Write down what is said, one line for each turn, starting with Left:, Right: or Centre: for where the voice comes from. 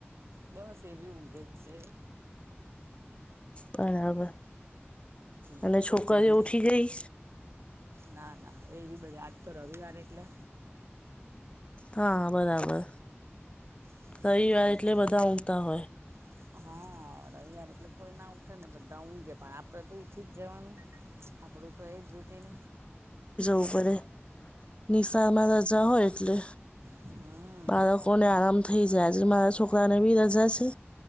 Right: બસ એવી ઊઘે જ છે.
Left: બરાબર
Right: ી
Left: અને છોકરીઓ
Right: મીડુઝ
Left: ઉઠી ગઈ
Right: ના ના એવી બધા આજ તો રવિવાર એટલે
Left: હા બરાબર.
Right: હમ
Left: રવિવાર
Right: મુ
Left: એટલે
Right: જત
Left: બધા ઊંઘતા હોય
Right: <unintelligible> હા રવિયાર એટલે કોઈ ના ઉઠે ને બધા ઊંઘે પણ આપડે તો ઉઠી જ જવાનું આપણું તો એ જ રૂટીન
Left: ઉપરે નિશાર માં રજા હોય એટલે
Right: હમ
Left: બાળકોને આરામ થઈ જાય છે મારા છોકરાને બી રજા છે